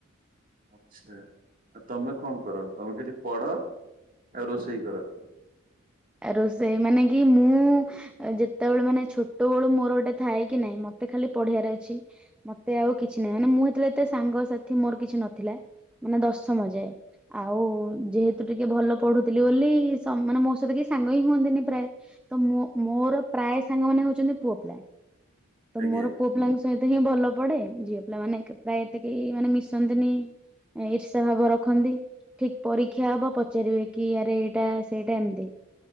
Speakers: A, on the right; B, in the centre.
A: ଆଛା ଆ ତମେ କଣ କର? ତମେ ଖାଲି ପଢ ଆଉ ରୋଷେଇ କର।
B: ରୋସେଇ ମାନେ କି ମୁଁ ଯେତେବେଳେ ମାନେ ଛୋଟବେଳୁ ମୋର ଗୋଟେ ଥାଏ କି ନାହିଁ, ମତେ ଖାଲି ପଢିବାରେ ଅଛି। ମତେ ଆଉ କିଛି ନାହିଁ, ମାନେ ମୁଁ ହେତେଳେ ଏତେ ସାଙ୍ଗସାଥି ମୋର କିଛି ନଥିଲା। ମାନେ ଦଶମ ଯାଏ। ଆଉ ଯେହେତୁ ଟିକେ ଭଲ ପଢୁ ଥିଲ ବୋଲି ସ ମାନେ ମୋ ସହିତ କେହି ସାଙ୍ଗ ହିଁ ହୁଅନ୍ତିନି ପ୍ରାୟ। ତ ମୋ ମୋର ପ୍ରାୟ ସାଙ୍ଗ ମାନେ ହଉଚନ୍ତି ପୁଅପିଲା। ତ
A: ଆଜ୍ଞା
B: ମୋର ପୁଅ ପିଲାଙ୍କ ସ ହିତ ହିଁ ଭଲ ପଡେ। ଝିଅ ପିଲା ମାନେ ଏକ ପ୍ରାୟ ଏତେ କେହି ମାନେ ମିଶନ୍ତିନି ଇର୍ଷା ଭାବ ରଖନ୍ତି, ଠିକ ପରୀକ୍ଷା ହବ ପଚାରିବେ। କି ଆରେ ଏଇଟା ସେଇଟା ଏମତି।